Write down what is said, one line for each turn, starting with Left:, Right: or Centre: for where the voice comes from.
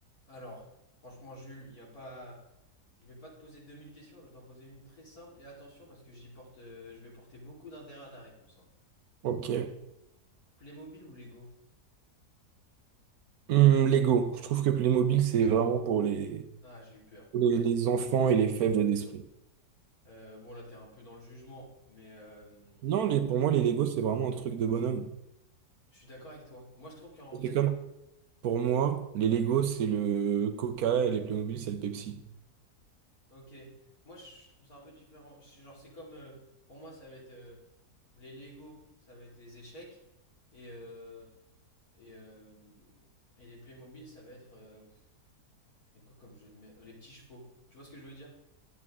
Left: Alors, franchement, Jules, il y a pas... je vais pas te poser 2000 questions, je vais t'en poser une très simple. Et attention, parce que j'y porte, euh, je vais porter beaucoup d'intérêt à ta réponse. hein.
Right: Ok.
Left: Playmobil ou Lego?
Right: Hum, Lego. Je trouve que Playmobil, c'est vraiment pour les,
Left: Ah, j'ai eu peur.
Right: pour les,
Left: Merci.
Right: les enfants et les faibles d'esprit.
Left: Euh, bon, là, t'es un peu dans le jugement, mais euh,
Right: Non, les, pour moi, les Lego, c'est vraiment un truc de bonhomme.
Left: je suis d'accord avec toi. Moi, je trouve qu'en
Right: C'est
Left: fait,
Right: comme, pour moi, les Lego, c'est le Coca et les Playmobil, c'est le Pepsi.
Left: ok, moi, je trouve ça un peu différent. Je- Genre, c'est comme, euh, pour moi, ça va être euh, les Lego, ça va être les échecs, et, euh, et, euh, et les Playmobil, ça va être euh, Il y a quoi comme jeu de mer? Les petits chevaux. Tu vois ce que je veux dire?